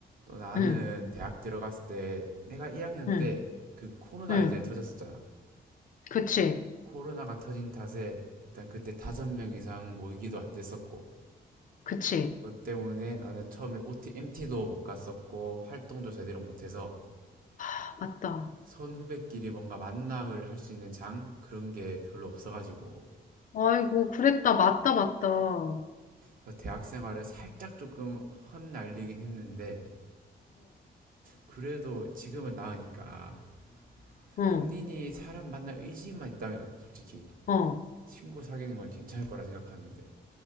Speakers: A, on the right (about 55°); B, on the left (about 50°).
A: 또 나는
B: 응,
A: 대학 들어갔을 때 내가 1학년
B: 응,
A: 때 그 코로나
B: 응.
A: 예전에 터졌었잖아.
B: 그치,
A: 코로나가 터진 탓에 일단 그때 다섯 명 이상 모이기도 안 됐었고
B: 그치.
A: 그것 때문에 나는 처음에 OT, MT도 못 갔었고 활동도 제대로 못해서
B: 아, 맞다.
A: 선후배끼리 뭔가 만남을 할 수 있는 장 그런 게 별로 없어가지고
B: 아이고, 그랬다. 맞다, 맞다. 어,
A: 그래서 대학 생활을 살짝 조금 헛날리긴 했는데 그래도 지금은 나으니까
B: 응,
A: 본인이 사람 만날 의지만 있다면 솔직히
B: 어.
A: 친구 사귀는 건 괜찮을 거라 생각하는데